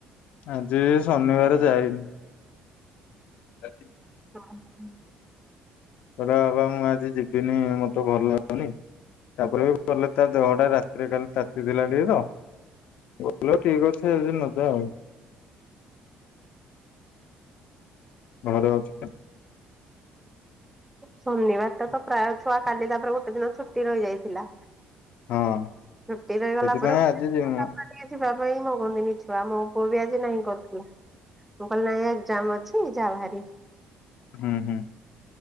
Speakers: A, on the left; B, in the centre.
A: ଆଜି ଶନିବାର ଯାଇନି। <unintelligible>
B: <unintelligible>
A: କହିଲା ବାବା ମୁଁ ଆଜି ଯିବିନି ମତେ ଭଲ ଲାଗୁନି ତାପରେ <inaudible> ଗଲେ ତା ଦେହଟା ରା ତିରେ କାଲି ତାତିଥିଲା ଟିକେ ତ <unintelligible> ଠିକ୍ ଅଛି ଆଉ ଯଦି ନ ଯା। ଘରେ ଅଛି।
B: ଶନିବାର ଟା ତ ପ୍ରାୟ ଛୁଆ କାଲି ତାପରେ ଗୋଟେ ଦିନ ଛୁଟି ରହିଯାଇଥିଲା
A: ହଁ
B: ଛୁଟି ରହିଗଲା
A: ସେଥିପାଇଁ
B: ପରେ <inaudible> ଟେ
A: ଆଜି
B: ଦିନ
A: ଯିବିନି।
B: ତାପରେ କିଏ ଯିବା ପାଇଁ ମଙ୍ଗତିନି ଛୁଆ ମୋ ପୁଅ ବି ଆଜି ନାହିଁ କରୁଥିଲା। ମୁଁ କହିଲି ନାଇ ଏକ୍ଜାମ୍ ଅଛି ଯାଓ ହେରି।
A: ହୁଁ ହୁଁ।